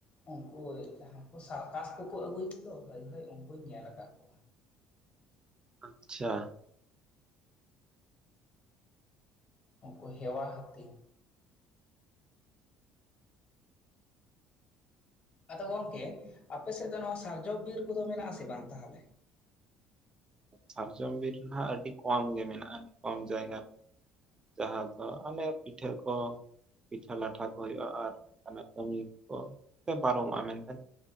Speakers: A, on the left (about 35°); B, on the right (about 25°).
A: ᱩᱝᱠᱩ ᱡᱟᱸᱦᱟᱭ ᱠᱚ ᱥᱟᱨᱠᱟᱥ ᱠᱚᱠᱚ ᱟᱹᱜᱩᱭ ᱜᱮᱫᱚ ᱦᱳᱭ ᱦᱳᱭ ᱩᱝᱠᱩᱧ ᱧᱮᱞ ᱟᱠᱟᱜ ᱠᱚᱣᱟ᱾
B: ᱟᱪᱪᱷᱟ
A: ᱩᱝᱠᱩ ᱦᱮᱣᱟ ᱦᱟᱹᱛᱤ᱾ ᱟᱫᱚ ᱜᱚᱝᱠᱮ ᱟᱯᱮ ᱥᱮᱫ ᱫᱚ ᱱᱚᱣᱟ ᱥᱟᱨᱡᱚᱢ ᱵᱤᱨ ᱠᱚᱫᱚ ᱢᱮᱱᱟᱜᱼᱟ ᱥᱮ ᱵᱟᱝ ᱛᱟᱦᱞᱮ?
B: ᱥᱟᱨᱡᱚᱢ ᱵᱤᱨ ᱨᱮ ᱱᱟᱦᱟᱜ ᱟᱹᱰᱤ ᱠᱚᱢ ᱜᱮ ᱢᱮᱱᱟᱜᱼᱟ ᱠᱚᱢ ᱡᱟᱭᱜᱟ ᱡᱟᱸᱦᱟ ᱫᱚ ᱟᱞᱮ ᱯᱤᱴᱷᱟᱹ ᱠᱚ ᱯᱤᱴᱷᱷᱟ ᱞᱟᱴᱷᱟ ᱠᱚ ᱦᱩᱭᱩᱜᱼᱟ, ᱟᱨ ᱚᱱᱠᱟᱱᱟᱜ ᱠᱟᱹᱢᱤ ᱠᱚ ᱥᱮ ᱯᱟᱨᱚᱢᱚᱜᱼᱟ ᱢᱮᱱᱠᱷᱟᱱ